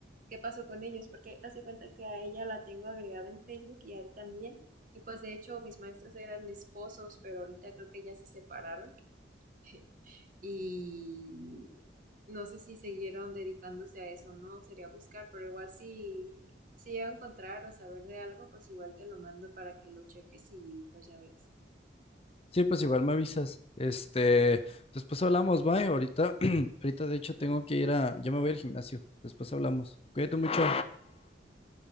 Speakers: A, on the right; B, on the left.
A: qué pasó con ellos, porque hace cuenta que a ella la tengo agregada en Facebook y a él también. Y pues de hecho mis maestros eran esposos, pero ahorita creo que ya se separaron <laughs> y no sé si siguieron dedicándose a eso, no, sería buscar, pero igual si, si llego a encontrar o saber de algo, pues igual te lo mando para que lo cheques y pues ya veas. <laughs>
B: Sí, pues igual me avisas. Este, después hablamos, bye. Ahorita, <clears throat> ahorita de hecho tengo que ir a, ya me voy al gimnasio. Después hablamos. Cuídate mucho.